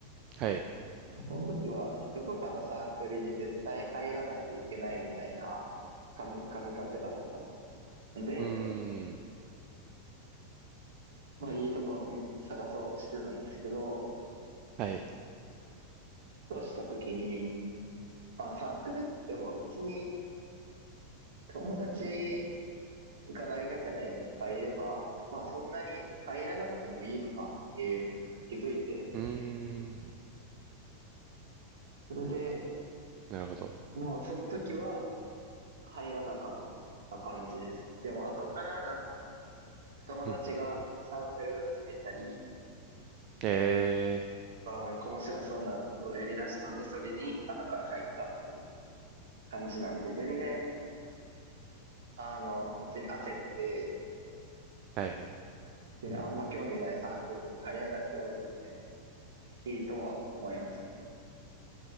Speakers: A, on the right (about 40°); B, on the right (about 60°).
A: はい、
B: その時は、どこかのサークルに絶対入らないといけないみたいな感、感覚だったの。で、
A: うーん、
B: まあいいとこ見探そうとしてたんですけど、
A: はい、
B: ふとした時に、まあサークルっても別に友達が大学内にいっぱいいれば、まあそんなに入らなくてもいいのかっていうことに気づいて、
A: うーん、
B: それで、
A: なるほど、
B: もうその時は入らなかった感じですね。でも後からなんか友達がサークル始めたり
A: うんうん、え
B: とか、なんか面白そうなことをやり出したんで、それに後から入ったっていう感じなんで、全然あの、別に焦って、
A: ー、はいはい。
B: 別にあん。ま興味ないサークルとか入らなくても全然いいとは思いますけ